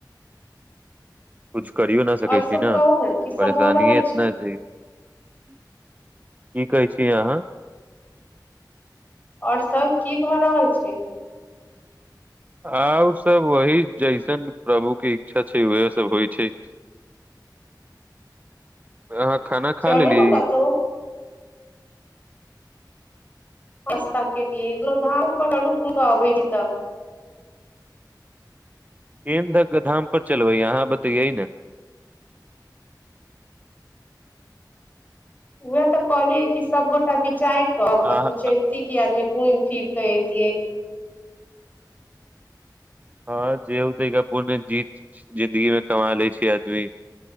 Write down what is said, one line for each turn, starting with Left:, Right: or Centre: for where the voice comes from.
Right: कुछ करियो न सकै
Left: और सब
Right: छी न
Left: कहू ने की सब
Right: परेशानी
Left: भऽ रहल
Right: इतना छै की कहै छियै अहाँ
Left: आओर सभ की भऽ रहल छै
Right: आओर सब वही जैसन प्रभु के इच्छा छै उह सब होइ छै अहाँ खाना
Left: चलू
Right: खा लेली
Left: ने कतहु पास्ता कटि एगलो धामपटलु बब ज त
Right: केँ धकधाम पर चलबै? एतऽ बताउ ने।
Left: उएह तऽ कहलियै कि सबगोटा विचारि क
Right: अहाँ
Left: कतहु चलती
Right: अ-
Left: की आदमी पूम ठीक कतै
Right: हँ जे होतै पूर्ण जीत जिंन्दगी मे कमा ले छी आदमी